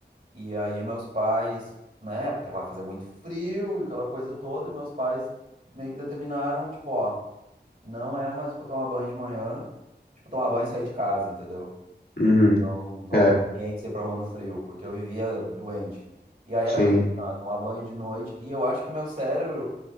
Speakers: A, on the right; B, on the left.
A: E aí meus pais, né, porque lá fazia muito frio e aquela coisa toda, e meus pais meio que determinaram, tipo, ó, não é mais pra tomar banho de manhã, tipo, tomar banho e sair de casa, entendeu?
B: Uhum,
A: Então, tomar
B: é,
A: banho quente, sair pra rua no frio, porque eu vivia doente. E aí
B: sim,
A: era isso, não, é tomar banho de noite. E eu acho que o meu cérebro